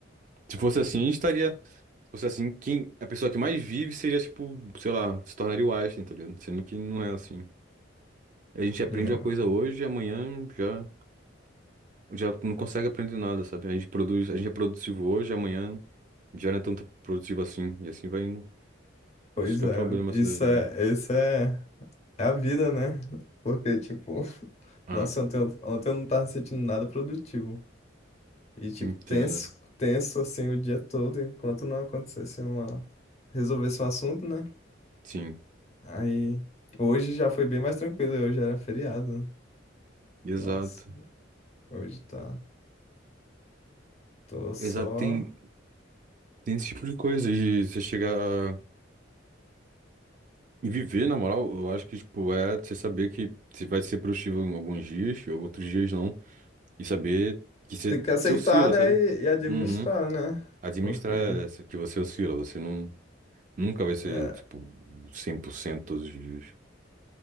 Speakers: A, on the right; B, on the left.
A: Se fosse assim, a gente estaria. Se fosse assim, quem, a pessoa que mais vive seria, tipo, sei lá, se tornaria o Einstein, tá ligado? Sendo que não é assim. A gente aprende
B: Né,
A: uma
B: meu?
A: coisa hoje, amanhã já. já não consegue aprender nada, sabe? A gente produz, a gente é produtivo hoje, amanhã já não é tanto produtivo assim, e assim vai indo.
B: Pois
A: Isso que
B: é,
A: é o problema
B: isso
A: assim, da vida.
B: é, isso é, é a vida, né? Porque, tipo, <laughs>
A: Ah,
B: nossa, ontem, eu- ontem eu não tava sentindo nada produtivo. E, tipo,
A: entenda.
B: tenso, tenso assim o dia todo, enquanto não acontecesse uma. Resolvesse um assunto, né?
A: Sim,
B: Aí, hoje já foi bem mais tranquilo, hoje era feriado.
A: exato.
B: Nossa. Hoje tá. Tô só.
A: Exato, tem, tem esse tipo de coisa de você chegar e viver, na moral, eu acho que, tipo, é você saber que você vai ser produtivo em alguns dias, ou outros dias não, e saber que você,
B: Tem que aceitar,
A: você oscila,
B: né?
A: sabe?
B: E, e administrar,
A: Uhum.
B: né?
A: Administrar
B: Porque.
A: essa, que você oscila, você não, nunca vai ser,
B: É,
A: tipo, 100% todos os dias.